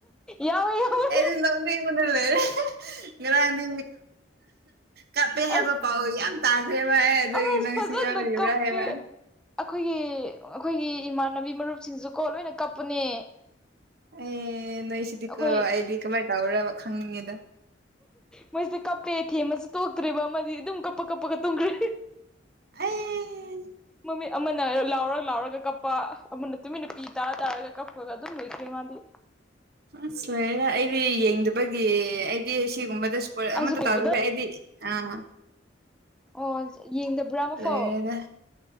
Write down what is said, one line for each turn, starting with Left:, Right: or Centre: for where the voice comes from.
Centre: ꯌꯥꯎꯋꯦ ꯌꯥꯎꯋꯦ
Right: ꯑꯩꯗꯤ ꯅꯣꯛ ꯅꯤꯡꯕꯅ ꯂꯣꯏꯔꯦ ꯉꯥꯔꯥꯡ ꯗꯤ ꯀꯄꯦ ꯍꯦꯕ
Centre: ꯑꯁ
Right: ꯄꯥꯎ ꯌꯥꯝ ꯇꯥꯈ꯭ꯔꯦꯕ ꯑꯩ ꯑꯗꯨꯒꯤ
Centre: ꯑꯁ
Right: ꯅꯪꯁꯨ
Centre: ꯐꯖꯅ
Right: ꯌꯥꯎꯔꯤꯕ꯭ꯔꯥ
Centre: ꯀꯞꯄꯦ
Right: ꯍꯥꯏꯕ
Centre: ꯑꯩꯈꯣꯏꯒꯤ ꯑꯩꯈꯣꯏꯒꯤ ꯏꯃꯥꯟꯅꯕꯤ ꯃꯔꯨꯞꯁꯤꯡꯁꯨ ꯀꯣ ꯂꯣꯏꯅ ꯀꯞꯄꯅꯦ
Right: ꯑꯦ ꯅꯣꯏꯁꯤꯗꯤꯀꯣ
Centre: ꯑꯩꯈꯣꯏ
Right: ꯑꯩꯗꯤ ꯀꯃꯥꯏꯅꯟ ꯇꯧꯕ꯭ꯔꯥ ꯈꯪꯅꯤꯡꯉꯦꯗ
Centre: ꯃꯣꯏꯁꯦ ꯀꯞꯄꯦ ꯊꯦꯝꯃꯁꯨ ꯇꯣꯛꯇ꯭ꯔꯤꯕ ꯑꯃꯗꯤ ꯑꯗꯨꯝ ꯀꯞꯄ ꯀꯞꯄꯒ ꯇꯨꯝꯈ꯭ꯔꯦ
Right: ꯑꯩ
Centre: ꯃꯃꯤꯠ ꯑꯃꯅ ꯂꯥꯎꯔꯒ ꯂꯥꯎꯔꯒ ꯀꯞꯄ ꯑꯃꯅ ꯇꯨꯃꯤꯟꯅ ꯄꯤ ꯇꯥꯔ ꯇꯥꯔꯒ ꯀꯞꯄ ꯈꯣꯂꯥ ꯑꯗꯨꯝ ꯂꯣꯏꯈ꯭ꯔꯦ ꯃꯥꯗꯤ
Right: ꯑꯁ ꯂꯣꯔꯦꯗ ꯑꯩꯗꯤ ꯌꯦꯡꯗꯕꯒꯤ ꯑꯩꯗꯤ ꯁꯤꯒꯨꯝꯕꯗ <unintelligible>
Centre: ꯑꯩꯁꯨ
Right: ꯑꯃꯠꯇ
Centre: ꯀꯧꯕꯗ
Right: ꯇꯥꯗꯕꯒꯤ ꯑꯩꯗꯤ ꯑꯥ
Centre: ꯑꯣ ꯌꯦꯡꯗꯕ꯭ꯔꯥ ꯑꯃꯐꯥꯎ
Right: ꯂꯩꯔꯦ